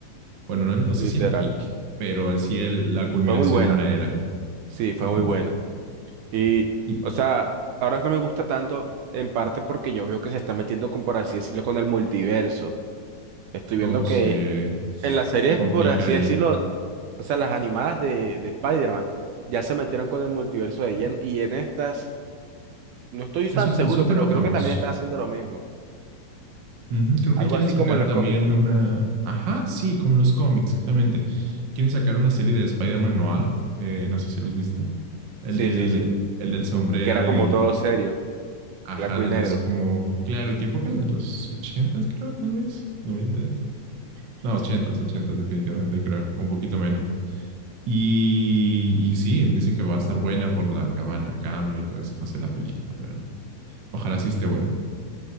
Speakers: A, on the right; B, on the right.
A: bueno, no, no sé
B: literal.
A: si el peak, pero sí el, la culminación
B: Fue muy buena.
A: de una era.
B: Sí, fue
A: Ujú.
B: muy buena. Y,
A: Y,
B: o sea, ahora no me gusta tanto, en parte porque yo veo que se está metiendo con, por así decirlo, con el multiverso. Estoy viendo
A: o se,
B: que en las series,
A: se complica
B: por así
A: ahí.
B: decirlo, o sea, las animadas de, de Spider-Man ya se metieron con el multiverso de lleno. Y en estas, no estoy tan
A: Es un,
B: seguro,
A: es un tema
B: pero
A: famoso.
B: creo que también están haciendo lo mismo.
A: Ujú, Creo
B: Algo
A: que quieren
B: así
A: sacar
B: como en los
A: también
B: cómics.
A: una. Ajá, sí, como los cómics, exactamente. Quieren sacar una serie de Spider-Man Noir. eh, no sé si lo has visto. El
B: Sí,
A: del,
B: sí, sí.
A: el del sombrero
B: El que era como
A: y.
B: todo serio,
A: Ajá,
B: blanco
A: de
B: y negro.
A: los como. Claro, ¿qué época? De los ochentas, creo, tal vez. Noventas. No, ochentas, ochentas, definitivamente, creo. O Un poquito menos. Y, y sí, dicen que va a estar buena por la cámara, cámara y todo eso. No sé la película, pero ojalá sí esté buena.